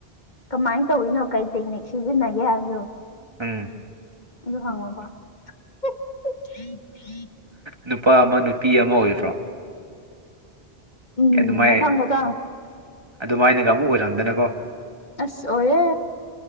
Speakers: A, on the left; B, on the right.
A: ꯀꯃꯥꯏꯟ ꯇꯧꯔꯤꯅꯣ ꯀꯩ ꯇꯦꯛꯅꯤꯛ ꯁꯤꯖꯤꯟꯅꯒꯦ ꯍꯥꯏꯕꯗꯨ?
B: ꯎꯝ
A: ꯑꯗꯨ ꯍꯪꯉꯣꯕ <unintelligible>
B: ꯅꯨꯄꯥ ꯑꯃ ꯅꯨꯄꯤ ꯑꯃ ꯑꯣꯏꯕ꯭ꯔꯥ?
A: ꯎꯝ
B: ꯑꯗꯨꯃꯥꯏ
A: ꯃꯊꯪ ꯃꯊꯪ
B: ꯑꯗꯨꯃꯥꯏꯅꯒ ꯑꯃꯨꯛ ꯑꯣꯏꯔꯝꯗꯅꯀꯣ꯫
A: ꯑꯁ ꯑꯣꯢꯔꯦ꯫